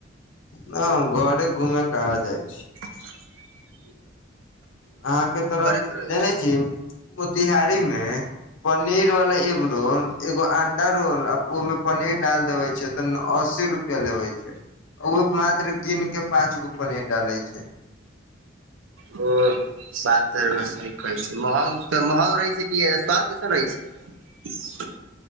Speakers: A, on the left; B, on the right.
A: न हम घरे घुमे कहां जाइ छी
B: ची
A: अहाँके तरफ
B: मे रहै
A: छै छीय मोतिहारी मे पनीर वाला एगो रोल एगो अंडा रोल ओमें पनीर डाल देवे छै त अस्सी रुपये प लेबे छै ओ मात्र गिन के पाँच गो पनीर डाले छै
B: ओ बात सहि कहै छै महग रहै छै कि स्वाद कैसन रहै छै